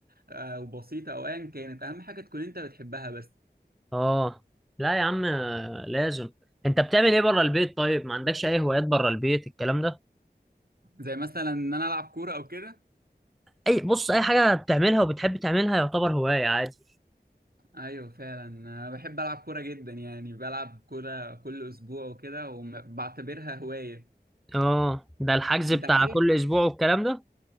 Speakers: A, on the right (about 60°); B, in the centre.
A: آه، وبسيطة أو أيا كانت أهم حاجة تكون أنت بتحبها بس
B: اه لا يا عم آه، لازم انت بتعمل ايه بره البيت طيب ما عندكش اي هوايات بره البيت الكلام ده
A: زي مثلا إن أنا ألعب كورة أو كده
B: اي بص اي حاجه بتعملها وبتحب تعملها يعتبر هوايه عادي
A: ايوه فعلا انا بحب العب كوره جدا يعني بلعب كوره كل اسبوع وكده وبعتبرها هوايه
B: اه ده الحجز
A: انت
B: بتاع
A: عارف
B: كل اسبوع والكلام ده